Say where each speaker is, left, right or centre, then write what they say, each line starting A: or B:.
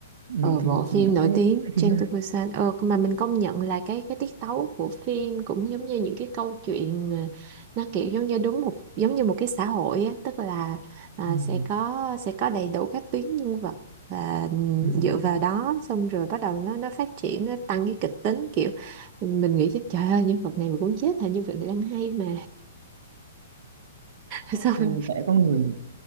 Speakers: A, on the right (about 65°); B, on the right (about 30°).
A: ừ,
B: Ờ,
A: phim
B: bộ phim
A: mình thấy,
B: nổi tiếng
A: thấy
B: Train
A: phim đó hay.
B: to Busan ờ, mà mình công nhận là cái cái tiết tấu của phim cũng giống như những cái câu chuyện mà nó kiểu giống như đúng một giống như một cái xã hội á tức là à,
A: ừ,
B: sẽ có sẽ có đầy đủ các tuyến nhân vật và
A: ừ,
B: dựa
A: đúng
B: vào
A: rồi
B: đó xong rồi bắt đầu nó nó phát triển nó tăng cái kịch tính kiểu mình, mình nghĩ chứ trời ơi nhân vật này mà cũng chết hả nhân vật này đang hay mà <laughs> xong
A: như
B: rồi
A: sẽ có người